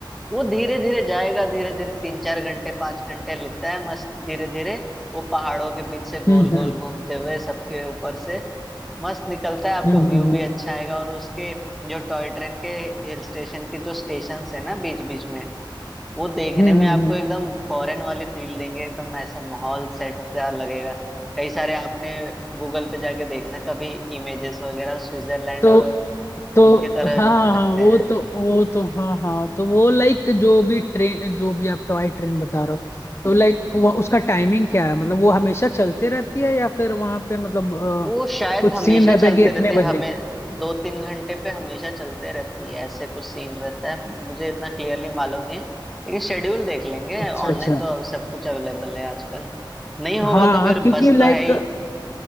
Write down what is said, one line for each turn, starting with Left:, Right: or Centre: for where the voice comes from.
Centre: वो धीरे धीरे जाएगा धीरे धीरे तीन चार घंटे पांच घंटे लेता है मस्त धीरे धीरे वो पहाड़ों के बीच से गोल
Left: हम्म
Centre: गोल
Left: हम्म
Centre: घूमते हुए सबके ऊपर से मस्त निकलता है आपको
Left: हम्म
Centre: व्यू
Left: हम्म
Centre: भी अच्छा आएगा और उसके जो टॉय ट्रेन के हिल स्टेशन के जो स्टेशन है ना बीच बीच में वो देखने
Left: हम्म
Centre: में
Left: हम्म,
Centre: आपको
Left: हम्म।
Centre: एकदम फॉरेन वाली फील देंगे एकदम ऐसा माहौल सेट सा लगेगा कई सारे आपने गूगल पे जाके देखना कभी इमेजेस वगैरह स्विट्जरलैंड
Left: तो
Centre: और
Left: तो
Centre: उनके तरह
Left: हाँ हाँ
Centre: लगते
Left: हाँ, वो
Centre: हैं
Left: तो वो तो हाँ हाँ तो वो लाइक जो भी ट्रेन जो भी आप टॉय ट्रेन बता रहे हो तो लाइक वो उसका टाइमिंग क्या है मतलब वो हमेशा चलती रहती है या फिर वहां पे मतलब अ,
Centre: वो शायद
Left: कुछ
Centre: हमेशा
Left: सीन रहता
Centre: चलते
Left: है कि इतने
Centre: रहते हैं, हमें
Left: बजे
Centre: दो तीन घंटे पे हमेशा चलते रहती है ऐसे कुछ सीन रहता है मुझे इतना क्लियरली मालूम नहीं है लेकिन शेड्यूल देख लेंगे
Left: अच्छा
Centre: ऑनलाइन
Left: अच्छा
Centre: तो अब सब कुछ अवेलेबल है आजकल नहीं होगा
Left: हाँ
Centre: तो फिर
Left: क्योंकि
Centre: बस
Left: लाइक
Centre: तो है ही